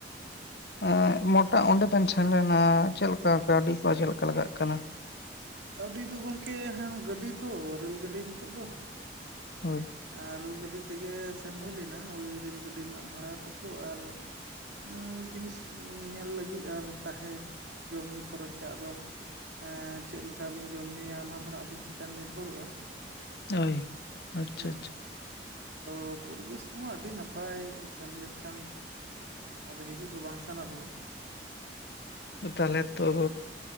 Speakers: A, on the left; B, on the right.
A: ᱟᱸ ᱢᱚᱴᱟᱜ ᱚᱸᱰᱮ ᱵᱮᱱ ᱥᱮᱱ ᱞᱮᱱᱟ ᱪᱮᱜ ᱞᱮᱠᱟ, ᱠᱟᱣᱰᱤ ᱠᱚ ᱪᱮᱜ ᱞᱮᱠᱟ ᱞᱟᱜᱟᱜ ᱠᱟᱱᱟ?
B: ᱠᱟᱹᱣᱰᱤ ᱫᱚ ᱜᱚᱝᱠᱮ ᱦᱮᱸ ᱜᱟᱹᱰᱤ ᱛᱚ, ᱨᱮᱹᱞ ᱜᱟᱹᱰᱤ ᱱᱤᱛᱚᱜ ᱫᱚ!
A: ᱦᱳᱭ!
B: ᱟᱨ ᱨᱳ ᱜᱟᱹᱰᱤ ᱛᱮᱜᱮ ᱥᱮᱱ ᱦᱩᱭ ᱞᱮᱱᱟ, ᱳᱭ ᱨᱮᱹᱞ ᱜᱟᱹᱰᱤᱨ ᱱᱟᱜ ᱵᱷᱟᱲᱟ ᱴᱩᱠᱩ ᱟᱨ ᱮᱸᱚᱸ ᱡᱤᱱᱤᱥ ᱧᱮᱞ ᱞᱟᱹᱜᱤᱜ ᱟᱨ ᱛᱟᱦᱮ, ᱡᱚᱢ-ᱧᱩ ᱠᱷᱚᱨᱚᱪᱟ ᱟᱫᱚ ᱮᱸ ᱪᱮᱜ ᱞᱮᱠᱟ ᱵᱤᱱ ᱡᱚᱢ ᱧᱩᱭᱟ, ᱚᱱᱟ ᱫᱷᱟᱨᱟ ᱟᱵᱤᱱ ᱪᱮᱛᱟᱱ ᱱᱤᱨᱵᱷᱚᱨᱚᱜᱼᱟ!
A: ᱳᱭ᱾ ᱟᱪᱪᱷᱟ
B: ᱦᱮᱸ
A: ᱟᱪᱪᱷᱟ
B: ᱟᱫᱚ ᱯᱚᱨᱤᱵᱮᱹᱥ ᱠᱚᱢᱟ ᱟᱹᱰᱤ ᱱᱟᱯᱟᱭ, ᱥᱮᱱ ᱞᱮᱠᱷᱟᱱ ᱟᱫᱚ ᱦᱤᱡᱩᱜ ᱫᱚ ᱵᱟᱝ ᱥᱟᱱᱟ ᱵᱤᱱᱟ!
A: ᱛᱟᱦᱞᱮ ᱛᱳ!